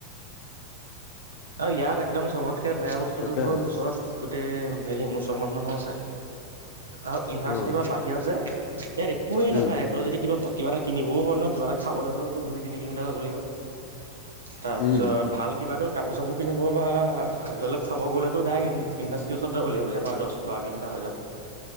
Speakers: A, on the right; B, on the left.
A: আৰু ইয়াত একদম চবতকে বেয়া বস্তুতটো
B: তাকেহে
A: হ'ল ওচৰত- গোটেই হেৰি মুছলমান মানুহ আছে আৰু ইউনিভাৰ্চিটিৰ
B: অ
A: পৰা বাহিৰত যে। ইয়াৰ একোৱে
B: উম
A: নাপায়। তই যদি কিবা কিবা এটা কিনিবও ন কিবা এটা খাবলৈ হ'লেও দুই তিনি কিলোমিটাৰ যাব লাগিব। তাৰপিছত
B: উম
A: ভাল কিবাতো কাপোৰ চাপোৰ কিনিব বা হোটেলত খাব গ'লেতো ডাইৰেক্ট ইউনিভাৰ্চিটিৰ ওচৰত যাব লাগিব ইয়াৰ পৰা দছ বাৰ কিলোমিটাৰ হৈ যাব।